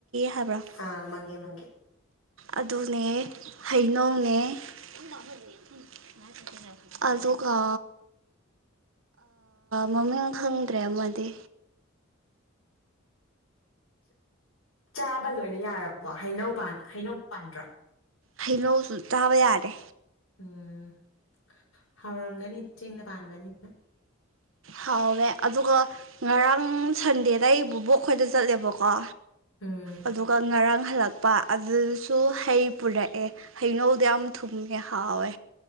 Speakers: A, on the right (about 70°); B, on the left (about 75°).
A: ꯍꯥꯏꯕ꯭ꯔꯥ
B: ꯑꯥ ꯃꯪꯒꯦ ꯃꯪꯒꯦ
A: ꯑꯗꯨꯅꯦ ꯍꯩꯅ <unintelligible> ꯑꯗꯨ ꯀ ꯃꯃꯤꯡ ꯈꯪꯗ꯭ꯔꯦ ꯑꯃꯗꯤ
B: ꯆꯥꯕ ꯂꯣꯏꯅ ꯌꯥꯔꯕꯣ ꯍꯩꯅꯧꯥꯟ ꯍꯩꯅꯧ ꯄꯥꯟꯗ꯭ꯔꯥ
A: ꯍꯩꯅꯧꯁꯨ ꯆꯥꯕ ꯌꯥꯔꯦ
B: ꯎꯝ ꯍꯥꯎꯔꯝꯒꯅꯤ ꯆꯤꯡꯗ ꯄꯥꯟꯕꯅꯤꯅ
A: ꯍꯥꯎꯋꯦ ꯑꯗꯨꯒ ꯉꯔꯥꯡ ꯁꯟꯗꯦꯗ ꯑꯩꯕꯨꯕꯣꯛ ꯑꯩꯈꯣꯏꯗ ꯆꯠꯂꯦꯕꯀꯣ
B: ꯎꯝ
A: ꯑꯗꯨꯒ ꯉꯔꯥꯡ ꯍꯜꯂꯛꯄ ꯑꯗꯨꯗꯁꯨ ꯍꯩ ꯄꯨꯔꯛꯑꯦ ꯍꯩꯅꯧꯗꯣ ꯌꯥꯝ ꯊꯨꯝꯃꯦ ꯍꯥꯎꯋꯦ